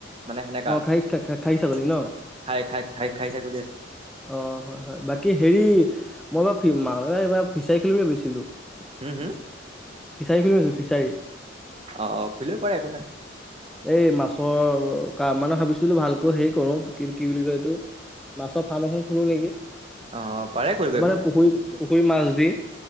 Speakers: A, on the right; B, in the centre.
A: মানে সেনেকা
B: অ' খাহী খাহী
A: <inaudible>
B: ছাগলী ন
A: খাই- খাই -খাই খাহী ছাগলী আছে
B: অহ, হয়- হয় বাকী হেৰি মই এইবাৰ -এইবাৰ ফিছাৰী খুলিম বুলি ভাবিছিল
A: হম হম
B: ফিছাৰী খুলিম ফিছাৰী
A: অহ- অহ খুলিব পাৰে একো নাই।
B: এই মাছৰ কা মানে ভাবিছিলো ভালকৈ হেৰি কৰো কি বুলি কয় এইটো মাছৰ ফাৰ্ম এখন খলো নেকি?
A: অ পাৰে কৰিব একো
B: মানে
A: নাই
B: পুখুৰীত
A: অ
B: পুখুৰী মাছ দি